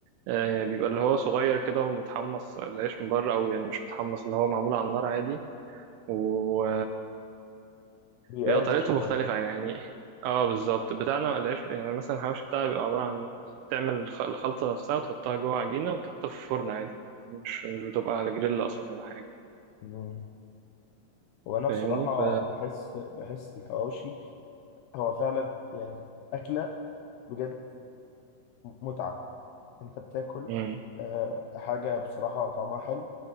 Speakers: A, on the right; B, on the left.
A: آه بيبقى اللي هو صغير كده ومتحمص العيش من بره او يعني مش متحمص اللي هو معمول على النار عادي و...
B: بيقرمش
A: بيبقى طريقته
B: كده
A: مختلفة
B: يعني
A: يعني يعني اه بالظبط بتاعنا العيش يعني مثلا الحواوشي بتاعنا بيبقى عبارة عن تعمل الخ- الخلطة نفسها وتحطها جوه عجينة وتحطها في فرن عادي مش مش بتبقى على جريل أصلا ولا حاجة
B: مم. وانا
A: فاهمني
B: بصراحه
A: ف
B: بحس بحس الحواوشي هو فعلا يعني اكله بجد متعه انت بتاكل
A: مم.
B: آه حاجه بصراحه طعمها حلو